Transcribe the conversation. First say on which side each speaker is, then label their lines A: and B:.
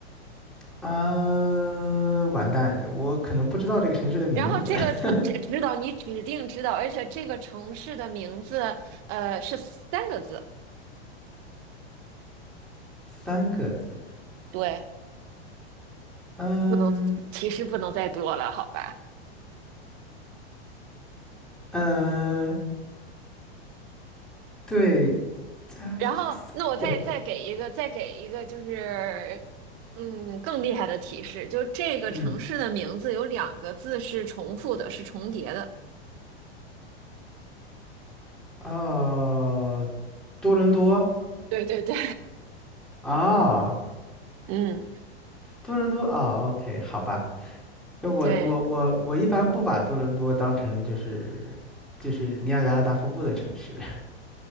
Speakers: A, in the centre; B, on the right.
A: 啊，完蛋，我可能不知道这个城市的名字，
B: 然后这个城，
A: <laughs>
B: 这指导你指定知道，而且这个城市的名字，呃，是三个字。
A: 三个字。
B: 对。
A: 嗯
B: 不能提示不能再多了，好吧？
A: 嗯，对，
B: 然后，
A: 这个三个字。
B: 那我再再给一个，再给一个，就是嗯，更厉害的提示，就这个城市的名字有两个字是重复的，
A: 嗯，
B: 是重叠的。
A: 哦，多伦多
B: 对对对
A: 哦，
B: <laughs>，嗯，
A: 多伦多哦，OK，好吧。那我我我我一般不把多伦多当成就是就是尼亚加拉大瀑布的城市，
B: 对。
A: <laughs>